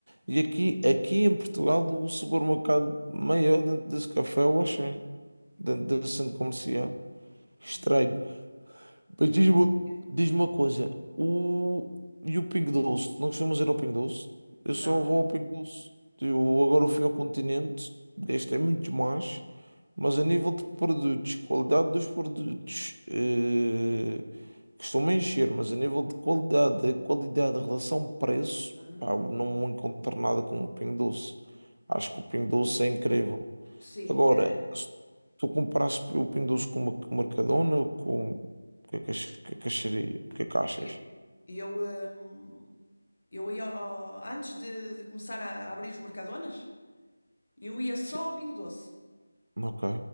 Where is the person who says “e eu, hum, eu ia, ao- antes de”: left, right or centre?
Left